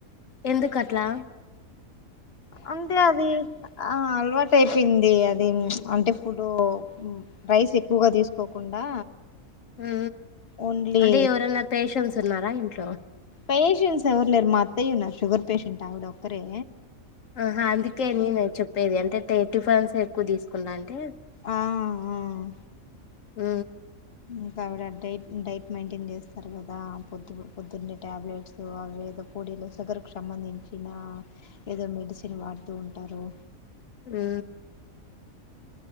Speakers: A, on the left (about 70°); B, on the left (about 50°).
A: ఎందుకట్ల
B: అంతే అది ఆ అల్వా అయిపోయింది అది అంటే ఫుడ్ రైస్ ఎక్కువగా తీసుకోకుండా
A: ఉ
B: ఓన్లీ
A: అంటే ఇవరెన్నా పేషన్స్ ఉన్నారా ఇ ట్లో
B: పేషెంట్స్ ఎవరు లేరు మా అత్తయ్య ఉన్నారు, షుగర్ పేషెంట్ ఆవిడ ఒక్కరే
A: ఆహా అందుకే నేను
B: ఉ
A: చెప్పేది అంటే టిఫెన్స్ ఎక్కువ తీసుకుందా అంటే
B: ఆ ఆ
A: మ్
B: ఇంకా అవిడ అంటే డైట్, డైట్ మెయింటైన్ చేస్తారు కదా, పొద్దు పొద్దున్నే టాబ్లెట్స్ అవి ఏదో పొడిలు షుగర్ కు సంబంధించిన ఏదో మెడిసిన్ వాడుతూ ఉంటారు.
A: మ్